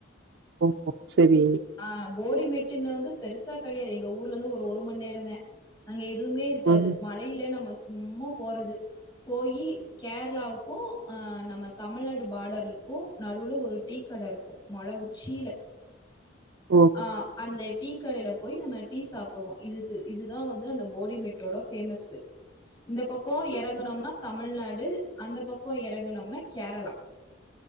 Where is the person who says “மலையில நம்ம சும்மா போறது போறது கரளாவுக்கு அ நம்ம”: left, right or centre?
Left